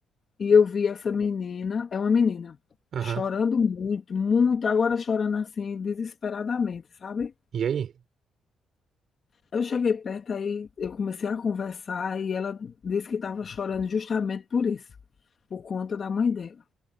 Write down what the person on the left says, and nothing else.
e eu vi essa menina, é uma menina,
chorando muito, muito, agora chorando assim, desesperadamente, sabe?
Eu cheguei perto aí, eu comecei a conversar e ela disse que estava chorando justamente por isso, por conta da mãe dela,